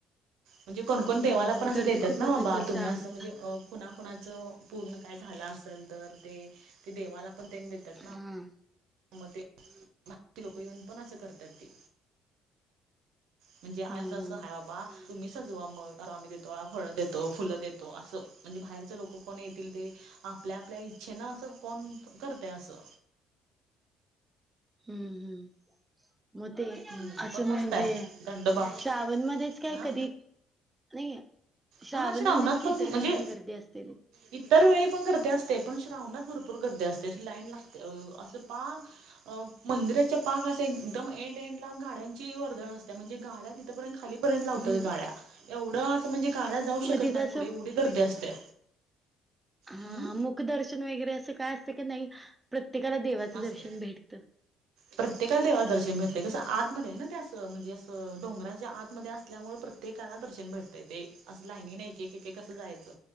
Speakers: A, on the right (about 70°); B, on the right (about 15°).
A: म्हणजे कोणकोण
B: हम्म
A: देवाला पण असं
B: गर्दी
A: देतात
B: खूप
A: ना
B: होत
A: बाबा
B: असेल
A: तुम्ही
B: श्रावण
A: असं म्हणजे कुणा कुणाचं पूर्ण काय झालं असेल तर ते ते देवाला पण त्यांनी देतात
B: हा
A: ना.
B: हम्म
A: मग ते बाकी ची लोक येऊन पण असं करतात ती. म्हणजे आ
B: हम्म
A: असं हाय बाबा. तुम्ही सजवा मग आम्ही देतो फळं देतो फुलं देतो असं म्हणजे बाहेरचं लोकं कोण येतील ते. आपल्या आपल्या इच्छेन असं कोण करतय असं.
B: हम्म हम्म. मग ते
A: हम्म
B: असं
A: पण मस्त
B: म्हणजे
A: आहे दंडोबा
B: श्रावणमध्येच काय
A: हा
B: कधी. नाही श्रावण
A: हा श्रावणात
B: मध्येच की इतर
A: म्हणजे
B: वेली पण गर्दी असते.
A: इतर वेळी पण गर्दी असते पण श्रावणात भरपूर गर्दी असते अशी लाईन लागते अ असं पाग. मंदिराच्या पाक असे एकदम एंड एंड ला गाड्यांची वर्दळ असत्या म्हणजे गाड्या तिथंपर्यंत खालीपर्यंत लावत्यात
B: हम्म
A: गाड्या एवढं असं म्हणजे गाड्या जाऊ शकत
B: मग तिथं
A: नाहीत पुढे एवढी गर्दी असते.
B: अ
A: हम्म
B: हा हा मुख दर्शन वगैरे असं काय असतं की नाही प्रत्येकाला देवाचं
A: असते.
B: दर्शन भेटतं.
A: प्रत्येकाला देवाला दर्शन भेटते कसं आतमध्ये आहे ना ते असं म्हणजे असं डोंगरांच्या आतमध्ये असल्यामुळे प्रत्ये प्रत्येकाला दर्शन भेटतय ते असं लाईनन एक कसं जायचं